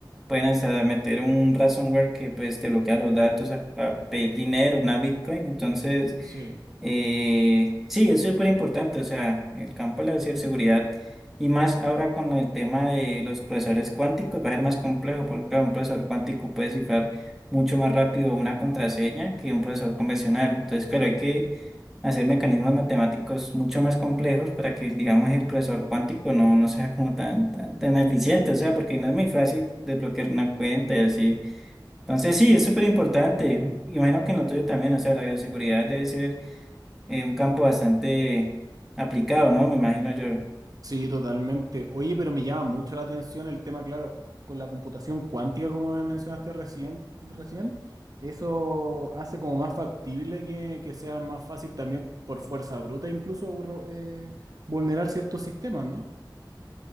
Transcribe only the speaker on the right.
sí.
Sí, totalmente. Oye, pero me llama mucho la atención el tema, claro, con la computación cuántica, como me mencionaste recién, recién, eso hace como más factible que, que sea más fácil también por fuerza bruta, incluso ro- eh, vulnerar ciertos sistemas, ¿no?